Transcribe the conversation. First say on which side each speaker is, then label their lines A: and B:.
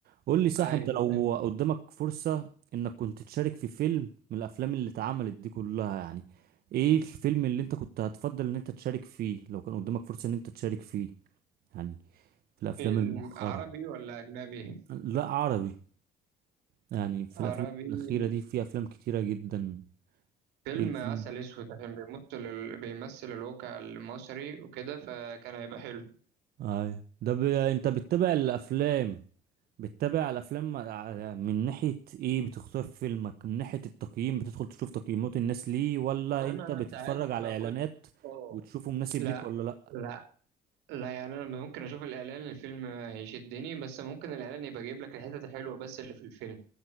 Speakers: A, on the right; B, on the right.
A: قول لي صح
B: ايوه
A: أنت لو
B: ايوه
A: قدامك فرصة إنك كنت تشارك في فيلم من الأفلام اللي اتعملت دي كلها يعني إيه الفيلم اللي أنت كنت هتفضل إن أنت تشارك فيه لو كان قدامك فرصة إن أنت تشارك فيه يعني في الأفلام
B: فيلم
A: المؤخرة
B: عربي ولا اجنبي
A: لا عربي يعني في
B: عربي
A: الأفلام الأخيرة دي في أفلام كتيرة جدا
B: فيلم
A: إيه الفيلم
B: عسل اسود عشان بيمثل ال... بيمثل الواقع المصري وكده فكان هيبقى حلو
A: اي ده ب... انت بتتابع الافلام بتتابع الافلام ع- من ناحية ايه بتختار فيلمك من ناحية التقييم بتدخل تشوف تقييمات الناس ليه ولا
B: انا
A: انت بتتفرج
B: ساعات بخش
A: على اعلانات
B: اه
A: وتشوفه مناسب
B: لا
A: ليك ولا لا
B: لا لا يعني انا ممكن اشوف الاعلان الفيلم هيشدني بس ممكن الاعلان يبقى جايب لك الحتت الحلوه بس اللي في الفيلم